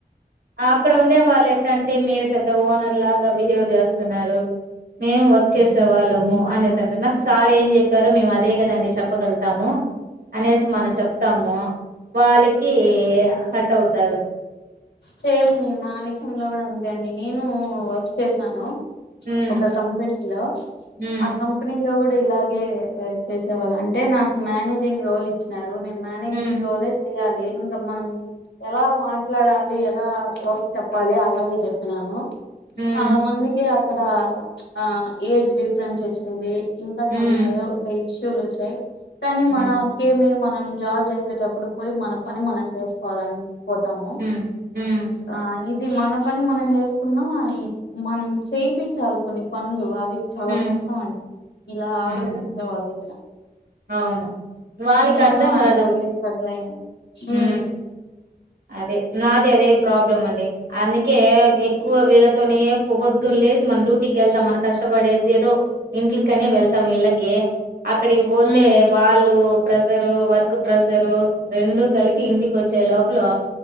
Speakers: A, on the right (about 65°); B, on the left (about 85°).
A: అక్కడ ఉండే వాళ్ళు ఎట్టంట అే మీరు పెద్ద ఓనర్ లాగా బిహేవ్ చేస్తున్నారు మేము వర్క్ చేసే వాళ్ళము అనేదింటే నాకు సార్ ఏం చెప్పారు మేము అదే కదండి చెప్పగలుతాము అనేసి మనం చెప్తాము వాళ్ళకి హట్ అవుతారు
B: సేమ్ నా విషయంలో కూడా అంతే అండి నేను వర్క్ చేసాను
A: హ్మ్
B: ఒక కంపెనీ లో
A: హ్మ్
B: ఆ కంపెనీ లో కూడా ఇలాగే చేసేవాళ్ళు అంటే నాకు మేనేజింగ్ రోల్ ఇచ్చినారు మనేజింగ్
A: హ్మ్
B: రోలేజ్ చెయ్యాలి మనం ఎలా డాల ఎలా వర్క్ చెప్పాలి అలాగే చెప్పినాను
A: హ్మ్
B: చాలా మందికి ఇక్కడ ఆ ఏజ్ డిఫరెన్స్ వచ్చింది ఇంకా
A: హ్మ్
B: సమ ఏదో ఒకష చలోచయి కానీ
A: హ్మ్
B: మనక మీ మన జాబ్ చేసేటప్పుడు పోయి మన పని మనం చేసుకోవాలని పోతాము
A: హ
B: ఆహ్, ఇది మన పని మనం చేసుకున్నా మనం చేయించాలి కొన్ని పనులు కు చాలా
A: హ్మ్
B: కష్టం అండి ఇలా
A: హ్మ్
B: ఆలోచించా వాళ్ళ దగ్గర
A: అవును వాళ్ళకి
B: నేను
A: అర్థం
B: అట్లాగే
A: కాదు
B: స్ట్రగుల్ అయ్యాను. హ్మ్.
A: హ అదే నాది అదే ప్రాబ్లం అండి. అందుకే ఎక్కువ వీళ్ళతోనే. పొద్దున్ లేసి మన డ్యూటీకి వెళ్దాం. మనక్ కష్టపడేస్ ఏదో ఇంట్లకని వెళ్తాం విళ్ళకి అక్కడికి పోతే
B: హ్మ్.
A: వాళ్ళు. ప్రెజరు, వర్క్ ప్రెజరు రెండు కలిపి ఇంటికి వచ్చే లోక్ లో